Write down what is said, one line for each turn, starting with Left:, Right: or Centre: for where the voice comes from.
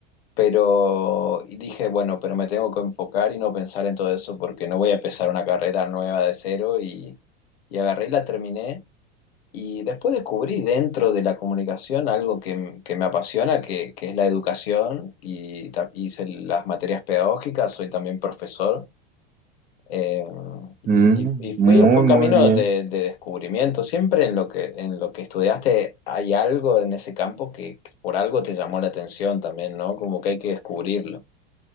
Left: Pero y dije, bueno, pero me tengo que enfocar y no pensar en todo eso porque no voy a empezar una carrera nueva de cero y, y agarré y la terminé. Y después descubrí dentro de la comunicación algo que, m- que me apasiona, que, que es la educación y ta- hice las materias pedagógicas, soy también profesor. eh,
Right: Mm,
Left: y y
Right: muy,
Left: fui, fue un
Right: muy
Left: camino
Right: bien.
Left: de, de descubrimiento. Siempre en lo que, en lo que estudiaste hay algo en ese campo que, que por algo te llamó la atención también, ¿no? Como que hay que descubrirlo.